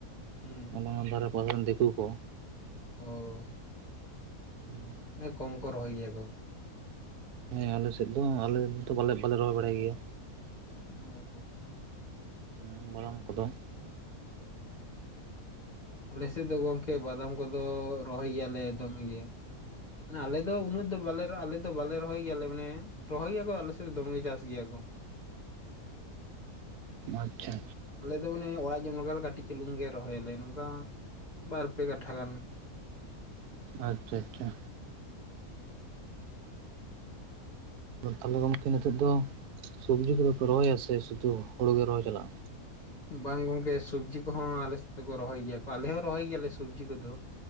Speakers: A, on the left (about 30°); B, on the right (about 85°).
A: ᱦᱩᱸ
B: ᱚᱱᱟ ᱫᱷᱟᱨᱮ ᱯᱟᱥᱮ ᱨᱮᱱ ᱫᱤᱠᱩ ᱠᱚ᱾
A: ᱚ᱾
B: ᱩᱸ
A: ᱢᱟᱱᱮ ᱠᱚᱢ ᱠᱚ ᱨᱚᱦᱚᱭ ᱜᱮᱭᱟ ᱠᱚ᱾
B: ᱦᱮᱸ ᱟᱞᱮ ᱥᱮᱫ ᱫᱚ ᱟᱞᱮ ᱫᱚ ᱵᱟᱞᱮ ᱵᱟᱞᱮ ᱨᱚᱦᱚᱭ ᱵᱟᱲᱟᱭ ᱜᱮᱭᱟ᱾
A: ᱚ
B: ᱦᱩᱸ ᱵᱚᱲᱚᱢ ᱠᱚᱫᱚ
A: ᱟᱞᱮᱥᱮᱫ ᱫᱚ ᱜᱚᱝᱠᱮ ᱵᱟᱫᱟᱢ ᱠᱚᱫᱚ ᱨᱚᱦᱚᱭ ᱜᱮᱭᱟᱞᱮ ᱫᱚᱢᱮ ᱜᱮ᱾ ᱢᱟᱱᱮ ᱟᱞᱮ ᱫᱚ ᱩᱱᱟᱹᱜ ᱫᱚ ᱵᱟᱞᱮ ᱟᱞᱮ ᱫᱚ ᱵᱟᱞᱮ ᱨᱚᱦᱚᱭ ᱜᱮᱭᱟᱞᱮ ᱢᱟᱱᱮ, ᱨᱚᱦᱚᱭ ᱜᱮᱭᱟᱠᱚ ᱟᱞᱮ ᱥᱮᱫ ᱫᱚᱢᱮ ᱜᱮ ᱪᱟᱥ ᱜᱮᱭᱟ ᱠᱚ᱾
B: ᱟᱪᱪᱷᱟ᱾
A: ᱟᱞᱮ ᱫᱚ ᱢᱟᱱᱮ ᱚᱲᱟᱜ ᱡᱚᱢ ᱞᱮᱠᱟᱞᱮ ᱠᱟᱹᱴᱤᱡ ᱪᱟᱹᱩᱞᱩᱝᱮ ᱨᱚᱦᱚᱭᱟᱞᱮ, ᱱᱚᱝᱠᱟ ᱵᱟᱨ ᱯᱮ ᱠᱟᱴᱷᱟ ᱜᱟᱱ᱾
B: ᱟᱪᱪᱷᱟ ᱟᱪᱪᱷᱟ᱾ ᱛᱟᱦᱚᱞᱮ ᱜᱚᱢᱠᱮ ᱱᱤᱛᱚᱜ ᱫᱚ ᱥᱚᱵᱽᱡᱤ ᱠᱚᱫᱚ ᱯᱮ ᱨᱚᱦᱚᱭᱟ ᱥᱮ ᱥᱩᱫᱷᱩ ᱦᱩᱲᱩ ᱜᱮ ᱨᱚᱦᱚᱭ ᱪᱟᱞᱟᱜ-ᱟ?
A: ᱵᱟᱝ ᱜᱚᱝᱠᱮ ᱥᱚᱵᱽᱡᱤ ᱠᱚᱦᱚᱸ ᱟᱞᱮ ᱥᱮᱫ ᱫᱚ ᱠᱚ ᱨᱚᱦᱚᱭ ᱜᱮᱭᱟ ᱠᱚ, ᱟᱞᱮ ᱦᱚᱸ ᱨᱚᱦᱚᱭ ᱜᱮᱭᱟᱞᱮ ᱥᱚᱵᱡᱤ ᱠᱚᱫᱚ᱾